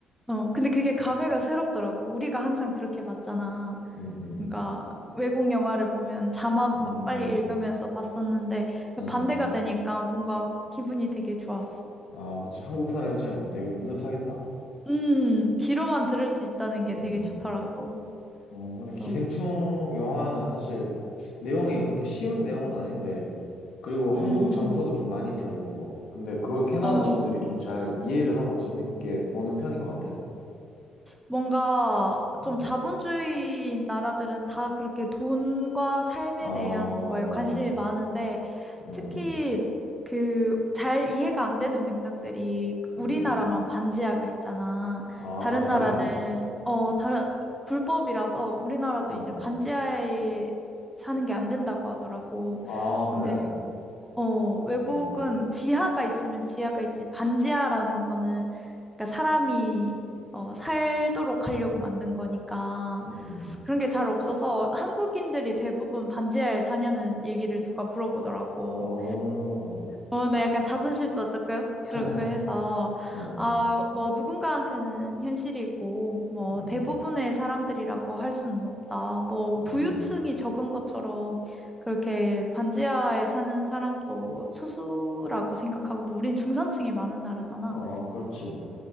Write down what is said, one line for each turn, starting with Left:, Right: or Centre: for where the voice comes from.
Centre: 어 근데 그게 감회가 새롭더라고. 우리가 항상 그렇게 봤잖아.
Left: 음, 음.
Centre: 그러니까 외국 영화를 보면 자막
Left: 음,
Centre: 막 빨리 읽으면서 봤었는데 그
Left: 음,
Centre: 반대가
Left: 음.
Centre: 되니까 뭔가 기분이 되게 좋았어.
Left: 아, 그치. 한국 사람 입장에선 되게 뿌듯하겠다.
Centre: 음, 귀로만 들을 수 있다는 게
Left: 음
Centre: 되게 좋더라고.
Left: 음, 근데
Centre: 그래서
Left: 기생충 영화는 사실 내용이 그렇게 쉬운 내용은 아닌데, 그리고 한국
Centre: 음.
Left: 정서도 좀 많이 들어있고, 근데 그걸 캐나다
Centre: 어,
Left: 친구들이 좀 잘 이해를 하고 재밌게 보는 편인 것 같아.
Centre: 뭔가 좀
Left: 음,
Centre: 자본주의 나라들은 다 그렇게 돈과 삶에
Left: 어,
Centre: 대한 거에 관심이 많은데
Left: 음,
Centre: 특히
Left: 음,
Centre: 그 잘 이해가 안 되는 맥락들이 우리나라만
Left: 음, 음.
Centre: 반지하가 있잖아.
Left: 아,
Centre: 다른
Left: 그래.
Centre: 나라는 어 다른 불법이라서 우리나라도
Left: 어,
Centre: 이제
Left: 어.
Centre: 반지하에 사는 게 안 된다고 하더라고.
Left: 아,
Centre: 근데
Left: 그래.
Centre: 어, 외국은
Left: 음,
Centre: 지하가 있으면 지하가 있지, 반지하라는 거는, 그러니까 사람이, 어, 살도록 하려고 만든 거니까,
Left: 음, 음.
Centre: 그런 게 잘 없어서 한국인들이 대부분 반지하에 사냐는 얘기를 누가 물어보더라고.
Left: 어,
Centre: 어, 네, 약간 자존심도 조금
Left: <laughs>
Centre: 그렇고 해서,
Left: 음, 음,
Centre: 아, 뭐, 누군가한테는 현실이고, 뭐,
Left: 음,
Centre: 대부분의 사람들이라고 할 수는 없다. 뭐,
Left: 음.
Centre: 부유층이
Left: 음.
Centre: 적은 것처럼 그렇게 반지하에 사는 사람도 소수라고 생각하고, 우린 중산층이 많은 나라잖아.
Left: 어, 그렇지.